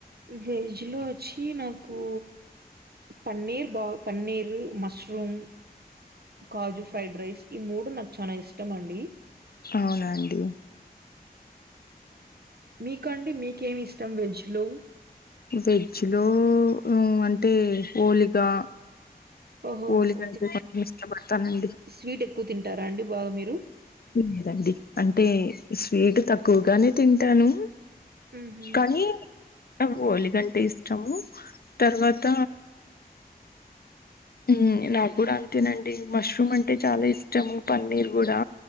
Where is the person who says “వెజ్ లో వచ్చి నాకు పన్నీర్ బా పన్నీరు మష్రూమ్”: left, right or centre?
Right